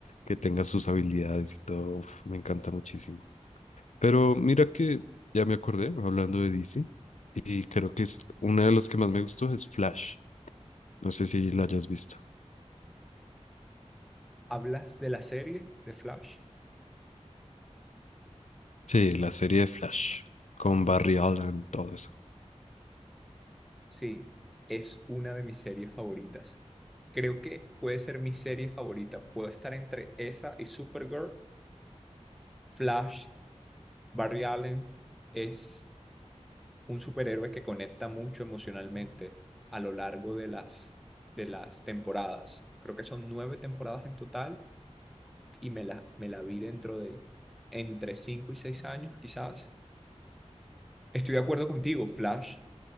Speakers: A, on the left (about 80°); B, in the centre.
A: que tenga sus habilidades y todo. Uf, me encanta muchísimo. Pero mira que ya me acordé hablando de DC y creo que es una de las que más me gustó es Flash. No sé si la hayas visto.
B: ¿Hablas de la serie de Flash?
A: Sí, la serie de Flash con Barry Allen, todo eso.
B: Sí, es una de mis series favoritas. Creo que puede ser mi serie favorita. Puedo estar entre esa y Supergirl, Flash, Barry Allen. Es un superhéroe que conecta mucho emocionalmente a lo largo de las, de las temporadas. Creo que son nueve temporadas en total y me la, me la vi dentro de entre cinco y seis años, quizás. Estoy de acuerdo contigo, Flash.